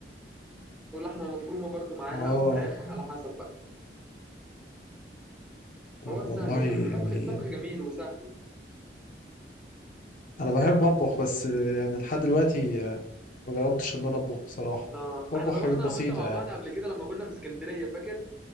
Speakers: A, in the centre; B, on the left.
A: ولحمه مفرومه برضو معاها
B: آه.
A: او فراخ على حسب بقى
B: طب
A: حوار سهل
B: والله
A: يعني
B: يعني
A: الطبخ الطبخ جميل وسهل
B: انا بحب اطبخ بس يعني لحد دلوقتي ما جربتش ان انا اطبخ بصراحه
A: اه
B: بطبخ
A: احنا طبخنا
B: حاجات بسيطه
A: انا وانت مع بعض
B: يعني
A: قبل كده لما كنا في اسكندريه فاكر